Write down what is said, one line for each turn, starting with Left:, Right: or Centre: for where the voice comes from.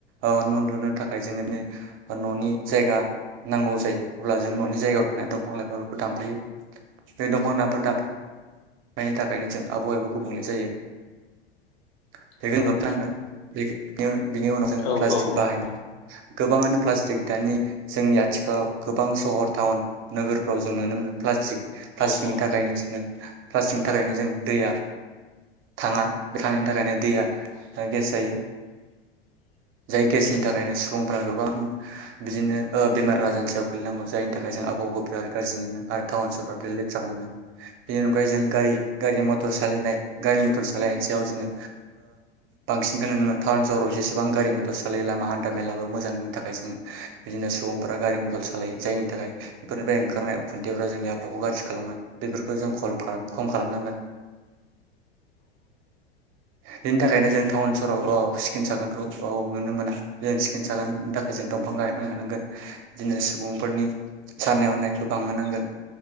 Right: ओ न' लुनो थाखाय जोङोनो न'नि जायगा नांगौ जायो अब्ला जों न'नि जायगायाव थानाय दंफां लाइफांफोरखौ दानफायो बे दंफां दान फोर दाबफायनायनि थाखायनो जों आबहावायाबो गुबुंले जायो। <unintelligible> होबथानांगोन
Left: औ
Right: <unintelligible> बिनि उनाव जों
Left: औ
Right: प्लास्टिक
Left: औ औ
Right: बाहायनाय
Left: औ
Right: गोबाङानो प्लास्टिक दानि जोंनि आथिखालाव गोबां सहर टाउन नोगोरफ्राव जों नुनो मोनो प्लास्टिक प्लास्टिकनि
Left: औ औ
Right: थाखायनो जोङो प्लास्टिकनि थाखायनो जों दैया थाङा बे थांङिनि थाखायनो दैया गेस जायो जाय गेसनि थाख बेनो सुबुंफ्रा गोबां बिदिनो ओ बेमार आजारनि सायाव गोग्लैनांगौ जायनि थाखाय बेजों आबहावाखौ बिराद गाज्रि मोनो आरो टाउन सहरफ्रार लेथ्रा बानायो बेनि अनगायै जों गारि गारि मथर सालायनाय गारि मथर मटर सालायनायनि सायाव जोङो बांसिनखौनो नुनो मोनो टाउन सहराव जेसेबां गारि मटर सालायो लामा हान्था मेलाबो मोजांनि थाखाय जोङो बिदिनो सुबुंफोरा गारि मटर सालायो जायनि थाखाय बेफोरनिफ्राय ओंखारनाय उखुन्दैफोरा जोंनि आबहावाखौ गाज्रि खालामो बेफोरखौ जों खलब खम खालामनांगोन बिनि थाखायनो जों टाउन सहराव औ सिखोन साखोनखौ औ जों नुनो मोना जों सिखोन साखोननि थाखाय जों दंफां लाइफां गायफिनना जानांगोन बिदिनो सुबुंफोरनि साननाय हनायखौ बांहोनांगोन